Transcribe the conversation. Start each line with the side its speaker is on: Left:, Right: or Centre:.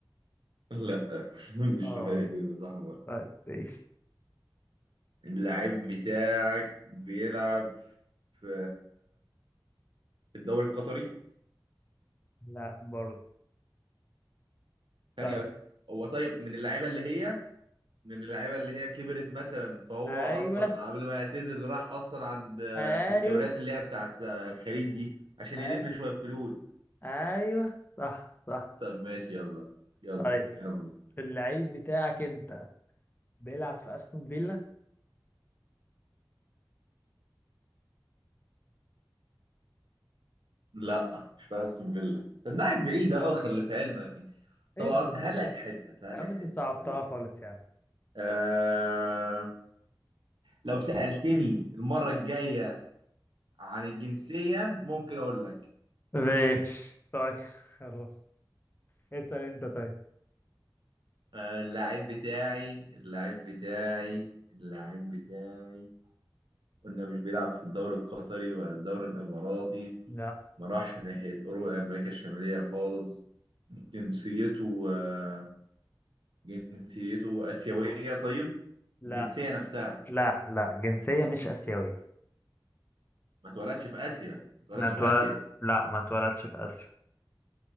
Right: لا <laughs> مش
Left: اه
Right: في فريق بيلبس احمر
Left: طيب ماشي
Right: اللعيب بتاعك بيلعب في في الدوري القطري
Left: لا برضه
Right: ثانية
Left: طيب
Right: بس هو طيب من اللعيبة اللي هي من اللعيبة اللي هي كبرت مثلا فهو
Left: ايوه
Right: أصلا قبل ما يعتزل راح أصلا عند
Left: ايوه
Right: في الدوريات اللي هي بتاعت الخليج دي عشان
Left: ايوه
Right: يلم شوية فلوس
Left: ايوه صح صح
Right: طب ماشي يلا يلا
Left: طيب
Right: يلا
Left: اللعيب بتاعك انت بيلعب في استون فيلا
Right: لا مش في أستون فيلا تنقعك بعيد أوي خلي في علمك
Left: ايه
Right: طب أسهل
Left: ده
Right: لك حتة سهل
Left: يا عم
Right: لك
Left: انت
Right: حتة
Left: صعبتها
Right: سهل لك
Left: خالص
Right: حتة
Left: يا عم
Right: أه... لو سألتني المرة الجاية عن الجنسية ممكن أقول لك
Left: ماشي طيب <laughs> خلاص اسال انت طيب
Right: آه، اللاعب بتاعي اللاعب بتاعي اللاعب بتاعي قلنا مش بيلعب في الدوري القطري ولا الدوري الإماراتي
Left: لا
Right: ما راحش ناحية أوروبا أمريكا الشمالية خالص جنسيته آه، جنسيته آسيوية طيب
Left: لا
Right: الجنسية نفسها
Left: لا لا جنسية مش آسيوية
Right: ما اتولدش في آسيا ما اتولدش
Left: ما اتولد
Right: في آسيا
Left: لا ما اتولدش في آسيا